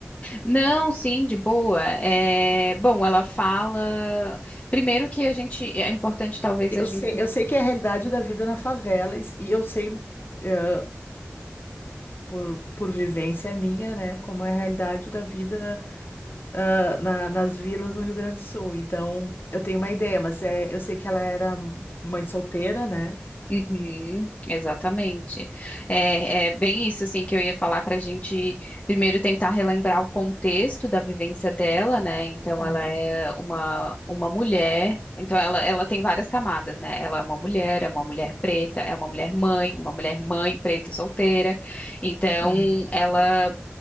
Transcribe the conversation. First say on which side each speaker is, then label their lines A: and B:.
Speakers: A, on the left; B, on the left.
A: Não, sim, de boa. É, bom, ela fala. Primeiro que a gente. É importante, talvez, a
B: Eu
A: gente.
B: sei, eu sei que é a realidade da vida na favela e e eu sei. eh, por, por vivência minha, né, como é a realidade da vida ah, na- nas vilas no Rio Grande do Sul. Então, eu tenho uma ideia, mas é, eu sei que ela era mãe solteira, né?
A: Uhum, exatamente. É, é bem isso, assim, que eu ia falar para a gente primeiro tentar relembrar o contexto da vivência dela, né? Então,
B: Ah,
A: ela é uma, uma mulher. Então, ela, ela tem várias camadas, né? Ela é uma mulher, é uma mulher preta, é uma mulher mãe, uma mulher mãe preta solteira. Então,
B: ah,
A: ela